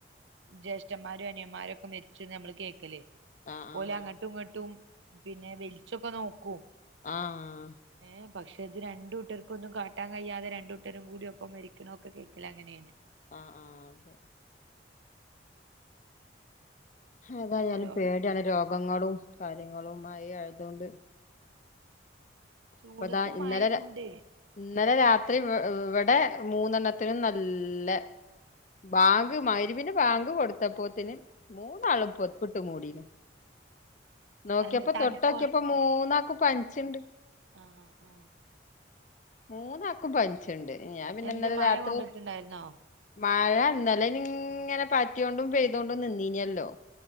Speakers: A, on the right; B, on the left.
A: ജ്യേഷ്ഠന്മാരും അനിയന്മാരും ഒക്കെ മരിച്ച നമ്മൾ കേക്കല്
B: ആഹ്
A: പോലെ അങ്ങട്ടുങ്ങട്ടും പിന്നെ വെലിച്ചൊക്കെ നോക്കും
B: ആഹ്
A: ഏഹ് പക്ഷെത് രണ്ടൂട്ടർക്കൊന്നും കാട്ടാൻ കയാതെ രണ്ടുട്ടരും കൂടി ഒപ്പം മരിക്കണോക്കെ കേക്കലെ അങ്ങനേണ്
B: ആഹ് ആഹ് അതാ
A: നല്ലോണം
B: ഞാനും പേട്യാണ് രോഗങ്ങളും കാര്യങ്ങളുംമായി ആയതുകൊണ്ട്
A: ചൂടത്തും
B: ഇപ്പൊതാ ഇന്നലെ
A: മഴണ്ട്
B: ര ഇന്നലെ രാത്രി ഇവ്ടെ മൂന്നെണ്ണത്തിനും നല്ലെ ബാങ്ക് മരുവിന് ബാങ്ക് കൊടുത്തപ്പോത്തിന് മൂന്നാളും പൊതപ്പ്ട്ട് മൂടിനി നോക്കിയപ്പോ
A: അന്ന് തണുപ്പ
B: തൊട്ടോക്കിയപ്പോ മൂന്നാക്കും പനിച്ച്ണ്ട്
A: ആഹ് അഹ്
B: മൂന്നാക്കും പനിച്ചണ്ട് ഞാൻ പിന്നെ
A: എന്തേ
B: ഇന്നലെ
A: മഴ
B: രത്തു
A: കൊണ്ടിട്ടുണ്ടായിരുന്നോ
B: മഴ ഇന്നാലേങ്ങനെ പാറ്റിയ കൊണ്ടും പെയ്തോണ്ടും നിന്നീനല്ലോ